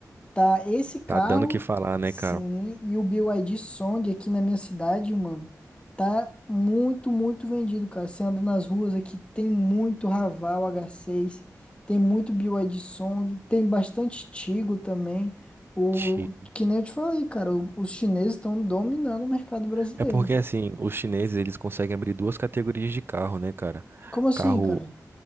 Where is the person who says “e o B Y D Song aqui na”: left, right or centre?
Left